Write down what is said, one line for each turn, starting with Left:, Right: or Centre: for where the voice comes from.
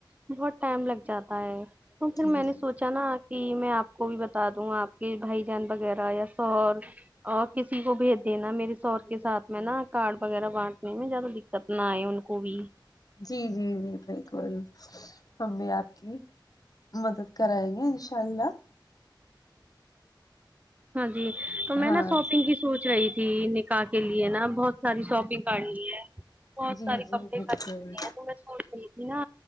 Right: بہت ٹائم لگ جاتا ہے تو پھر
Left: جی
Right: میں
Left: جی
Right: نے سونچا نہ جی میں آپ کو بھی بتا دوں آپ کے بھائی جان وغیرہ یا سور اور کسی کو بھیج دینا میرےشوہر کے ساتھ میں نا کارڈ وغیرہ بانٹنے میں زیادہ دک ستنا آئے ان کو بھی
Left: جی جی جی بالکل ہم بھی آپ کی مدد کرایے گے انشاء اللہ
Right: ہاں جی تو میں
Left: ہاں
Right: نا شاپنگ کی سوچ رہی تھی نکاح کے لیے نا بہت ساری شاپنگ کرنی ہے بہت
Left: جی
Right: سارے
Left: جی
Right: کپڑے
Left: بالکل
Right: خریدتے ہیں تو میں سوچ رہی تھی نہ